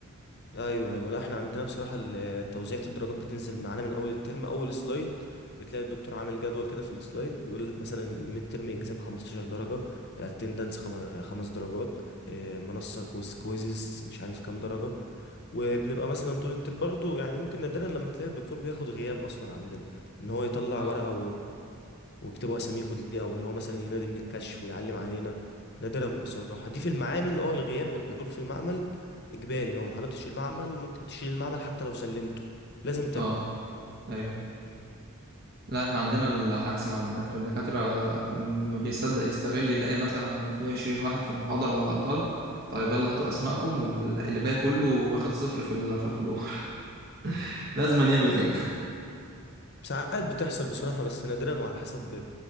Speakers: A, on the left (about 50°); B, on the right (about 45°).
A: ايوه ايوه لا احنا عندنا بصراحه ال- توزيعة الدرجات بتنزل معانا من اول الترم اول سلايد بتلاقي الدكتور عامل جدول كده في السلايد بيقول لك مثلا الميد ترم اكزام 15 درجه اتندنس خمس درجات إيه، منصه كويز كويزز مش عارف كام درجه وبنبقى مثلا طول الترم برضو يعني ممكن نادرا لما تلاقي الدكتور بياخد غياب اصلا عندنا ان هو يطلع
B: اه
A: ورقه ويكتبوا اساميكوا دي او ان هو مثلا ينادي من الكشف ويعلم علينا نادرا بصراحه دي في المعامل اه الغياب والحضور في المعمل اجباري لو ما حضرتش المعمل ممكن تشيل المعمل حتى لو سلمته لازم تحضر
B: اه ايوه لا احنا عندنا العكس مع الدكاترة الدكاترة ما بيصدق يستغل يلاقي مثلا في عشرين واحد في المحاضرة ولا أقل طيب يلا هاتوا أسمائكم واللي باقي كله واخد صفر في ال- في الحضور <laughs> لازم يعمل
A: مم.
B: كده
A: ساعات بتحصل بصراحة بس نادرا وعلى حسب